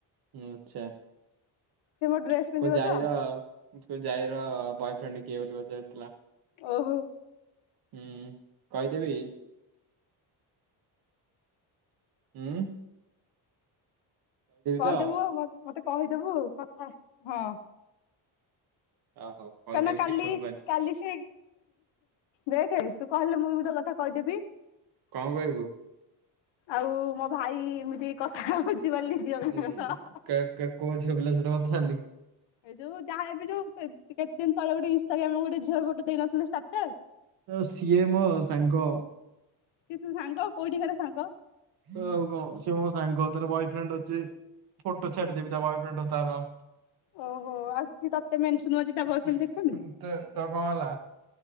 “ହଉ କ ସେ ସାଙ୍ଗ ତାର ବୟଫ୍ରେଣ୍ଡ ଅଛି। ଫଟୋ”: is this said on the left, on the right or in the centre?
Right